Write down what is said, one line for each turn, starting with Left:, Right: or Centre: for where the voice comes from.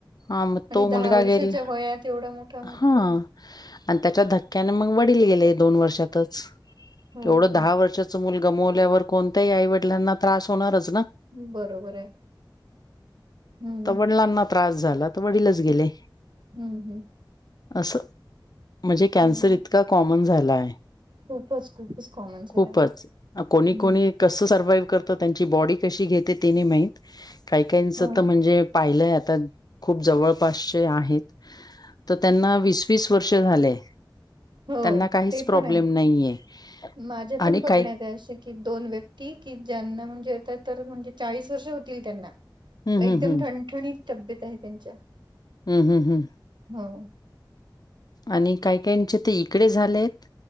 Left: हा मग
Right: आणि
Left: तो मुलगा
Right: दहा वर्षाच्या
Left: गेल
Right: वयात एवढा मोठ म्हटलं
Left: हा
Right: म्हणजे
Left: आणि त्याच्या धक्क्याने मग वडील गेले, दोन वर्षातच
Right: हो
Left: एवढं
Right: का
Left: दहा वर्षच च मुलगा गमवल्यावर कोणत्याही आईवडिलांना त्रास होणारच ना.
Right: हम्म, बरोबर आहे. हम्म
Left: तर वडिलांना त्रास झाला, तर वडीलच गेले.
Right: हम्म हम्म,
Left: असं म्हणजे कॅन्सर
Right: हम्म
Left: इतका कॉमन झालाय.
Right: खूपच खूपच कॉमन झालंय
Left: खूपच कोणी,
Right: हम्म
Left: कोणी कस सर्वइव्ह करत, त्यांची बॉडी कशी घेते ते नाही. माहीत काही काहीच
Right: हम्म
Left: तर म्हणजे पाहिलंय आता खूप जवळपासचे आहेत. तर त्यांना वीस वीस वर्ष झाले.
Right: हो
Left: त्यांना काहीच
Right: ते
Left: प्रॉब्लेम
Right: पण आहेत.
Left: नाहीये
Right: माझ्या पण
Left: आणि
Right: बघण्यात
Left: काही
Right: आहे. असे कि, दोन व्यक्ती कि ज्यांना म्हणजे आता तर म्हणजे चाळीस वर्ष होतील. त्यांना
Left: हं
Right: एकदम
Left: हं हं.
Right: ठणठणीत तब्येत आहे. त्यांच्या
Left: हम्म हम्म हम्म,
Right: हो,
Left: आणि काय काय चे, तर इकडे झालेत.